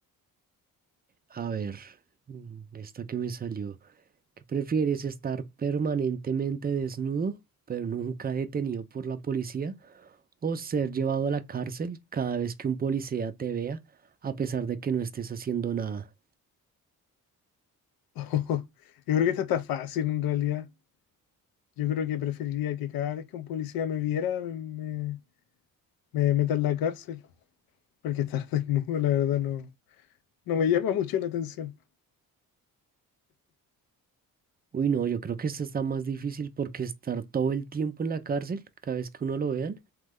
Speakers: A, on the right; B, on the left.
A: A ver, mm, esta que me salió. ¿Qué prefieres, estar permanentemente desnudo, pero nunca detenido por la policía, o ser llevado a la cárcel cada vez que un policía te vea, a pesar de que no estés haciendo nada?
B: <laughs> yo creo que esta está fácil en realidad. Yo creo que preferiría que cada vez que un policía me viera me, me, me meta en la cárcel, porque estar <laughs> desnudo, la verdad, no, no me llama mucho la atención.
A: Uy, no, yo creo que esto está más difícil porque estar todo el tiempo en la cárcel, cada vez que uno lo vean,